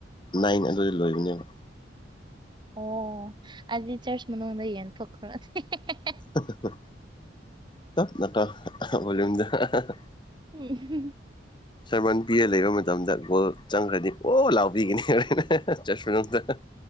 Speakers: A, on the left; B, on the right.
A: ꯅꯥꯏꯟ ꯑꯗꯨꯗ ꯂꯣꯢꯕꯅꯦꯕ
B: ꯑꯣ ꯑꯗꯤ ꯆꯔꯆ ꯃꯅꯨꯡꯗ ꯌꯦꯟꯊꯣꯛꯈ꯭ꯔꯣꯅꯦ ꯍꯦꯍꯦꯍꯦ
A: ꯍꯍꯍ ꯇꯞ ꯀꯣ ꯑꯍ ꯑꯣꯢꯔꯝꯗ ꯑꯍ ꯑꯍ ꯑꯍ
B: ꯎꯝ ꯑꯍꯨꯝꯍꯨꯝ
A: ꯁꯔꯃꯟ ꯄꯤꯌꯦ ꯂꯩꯕ ꯃꯇꯝꯗ ꯒꯣꯜ ꯆꯪꯈ꯭ꯔꯗꯤ ꯑꯣ ꯂꯥꯎꯕꯤꯒꯅꯤ ꯍꯔꯦꯟ ꯑꯍ ꯑꯍ ꯍ ꯆꯔ꯭ꯁ ꯃꯅꯨꯡꯗ ꯍ